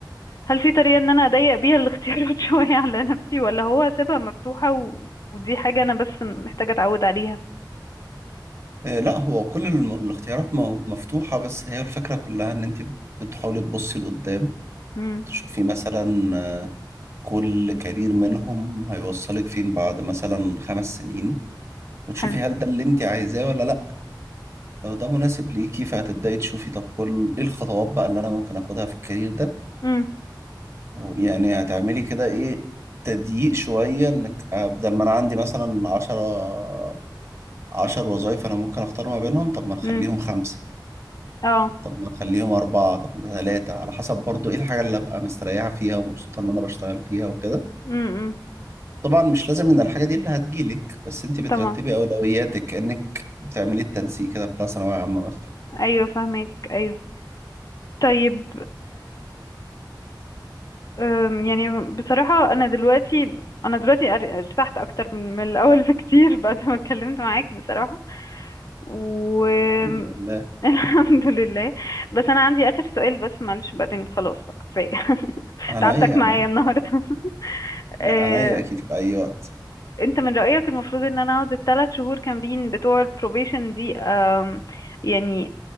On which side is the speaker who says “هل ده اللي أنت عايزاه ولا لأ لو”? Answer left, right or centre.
Right